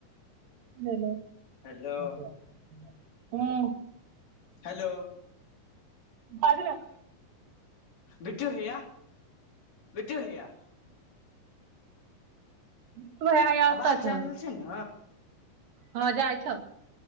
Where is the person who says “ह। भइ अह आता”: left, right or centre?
Right